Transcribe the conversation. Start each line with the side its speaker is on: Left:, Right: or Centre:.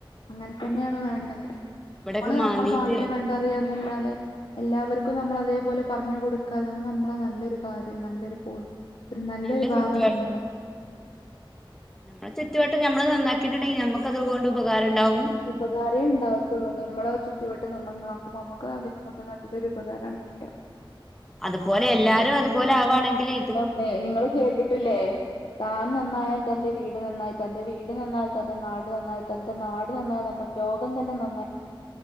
Left: അങ്ങനെ തന്നെയാണ് വേണ്ടത്
Centre: ഇവിടൊക്കെ
Left: നമ്മള്
Centre: മാന്തീട്ട്
Left: നമ്മളെ നാടിനെ കണ്ടറിയന്നല്ലാതെ എല്ലാവർക്കും നമ്മള് അതേപോലെ പറഞ്ഞു കൊടുക്കാതാണ് നമ്മളെ നല്ലൊരു കാര്യം നല്ലൊരു പോയിന്റ് ഒരു നല്ലൊരു
Centre: നല്ല ചുറ്റുവ
Left: ഭാഗം നമ്മളെ
Centre: എന്ന ചുറ്റുവട്ട നമ്മള് നന്നാക്കിട്ടുണ്ടെങ്കിൽ നമുക്ക് അതുകൊണ്ട് ഉപകാരണ്ടാവും
Left: ഉപകാരേ ഉണ്ടാവത്തുള്ളൂ നമ്മളെ ചുറ്റും ചുറ്റുവട്ടം നമ്മൾ ഒന്ന് നോക്കുമ്പോൾ നമുക്ക് അതിനെ കൊണ്ട് നല്ലൊരു ഉപകാരാണ് കിട്ടുക
Centre: അത്പോലെ എല്ലാരും അതുപോലെ ആവാണെങ്കില്
Left: ഒക്കെ നിങ്ങള് കേട്ടിട്ടില്ലേ താൻ നന്നായാൽ തന്റെ വീട് നന്നായി തന്റെ വീട് നന്നായാൽ തന്റെ നാട് നന്നായി തന്റെ നാട് നന്നായാൽ നമ്മൾ ലോകം തന്നെ നന്നായി